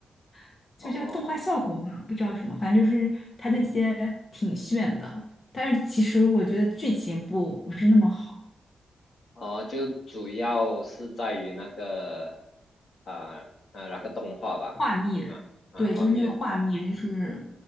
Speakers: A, on the left; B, on the left.
A: <laughs>
B: 哦
A: 就叫动画效果嘛，不知道什么，反正就是他那些挺炫的，但是其实我觉得剧情不不是那么好，
B: 哦，就主要是在于那个啊啊那个动画吧，
A: 画面，
B: 对吗？啊，
A: 对，
B: 画面，
A: 就是那个画面就是